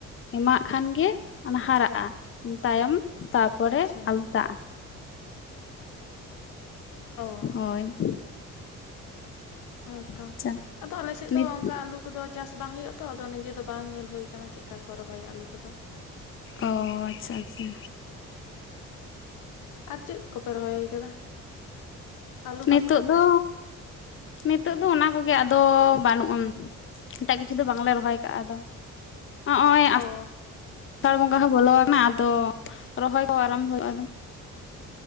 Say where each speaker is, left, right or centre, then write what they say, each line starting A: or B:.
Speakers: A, on the left; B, on the left.
A: ᱮᱢᱟᱜ ᱠᱷᱟᱱ ᱜᱮ ᱚᱱᱟ ᱦᱟᱨᱟᱜᱼᱟ
B: ᱚ
A: ᱾ ᱤᱱᱟᱹ ᱛᱟᱭᱚᱢ ᱛᱟᱨᱯᱚᱨᱮ
B: ᱟᱪᱪᱷᱟ
A: ᱟᱞᱩ ᱫᱟᱜᱼᱟ
B: ᱚ
A: ᱦᱳᱭ
B: ᱦᱮᱸ ᱛᱚ
A: ᱟᱪᱪᱷᱟ
B: ᱾ ᱟᱫᱚ ᱟᱞᱮ ᱥᱮᱫ
A: ᱱᱤᱛ
B: ᱫᱚ ᱚᱱᱠᱟ ᱟᱞᱩ ᱫᱚ ᱪᱟᱥ ᱵᱟᱝ ᱦᱩᱭᱩᱜᱼᱟ ᱛᱚ ᱟᱫᱚ ᱱᱤᱡᱮ ᱫᱚ ᱵᱟᱝ ᱧᱮᱞ ᱦᱩᱭ ᱟᱠᱟᱱᱟ ᱪᱮᱫ ᱞᱮᱠᱟ ᱠᱚ ᱨᱚᱦᱚᱭᱟ ᱟᱹᱞᱩ ᱠᱚᱫᱚ ᱾
A: ᱚ ᱟᱪᱪᱷᱟ ᱟᱪᱪᱷᱟ
B: ᱟᱨ ᱪᱮᱫ ᱠᱚᱯᱮ ᱨᱚᱦᱚᱭ ᱟᱠᱟᱫᱟ? ᱟᱹᱞᱩ
A: ᱱᱤᱛᱚᱜ
B: ᱵᱟᱫ ᱠᱟᱛᱮᱫ
A: ᱫᱚ ᱱᱤᱛᱚᱜ ᱫᱚ ᱚᱱᱟ ᱠᱚᱜᱮ ᱟᱫᱚ ᱵᱟᱹᱱᱩᱜ ᱟᱱ ᱮᱴᱟᱜ ᱠᱤᱪᱷᱩ ᱫᱚ ᱵᱟᱝᱞᱮ ᱨᱚᱦᱚᱭ ᱠᱟᱜᱼᱟ ᱟᱫᱚ ᱾ ᱱᱚᱜ ᱚᱭ
B: ᱚ
A: ᱟᱥᱟᱲ ᱵᱚᱸᱜᱟ ᱦᱚᱸ ᱵᱚᱞᱚ ᱟᱠᱟᱱᱟ ᱟᱫᱚ ᱨᱚᱦᱚᱭ ᱠᱚ ᱟᱨᱟᱢᱵᱷᱚ ᱦᱩᱭᱩᱜᱼᱟ ᱟᱫᱚ